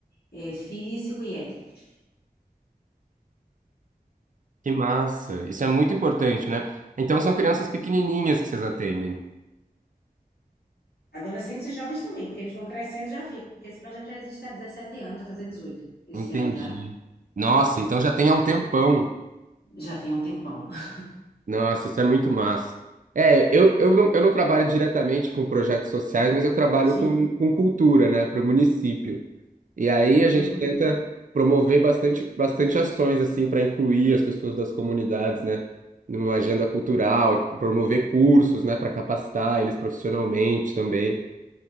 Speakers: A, on the left; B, on the right.
A: eh, físico e ético.
B: Que massa! Isso é muito importante, né? Então são crianças pequenininhas que vocês atendem.
A: Adolescentes e jovens também, porque eles vão crescendo, já fica. Esse projeto já existe há dezessete anos, vai fazer dezoito esse
B: Entendi.
A: ano já.
B: Nossa, então já tem há um tempão.
A: Já tem um tempão. <laughs>
B: Nossa, isso é muito massa. É, eu, eu, não, eu não trabalho diretamente com projetos sociais, mas eu trabalho
A: Sim.
B: com, com cultura, né, para o município. E aí a gente
A: Uhum.
B: tenta promover bastante, bastante ações, assim, para incluir as pessoas das comunidades, né, numa agenda cultural, promover cursos, né, para capacitar eles profissionalmente também.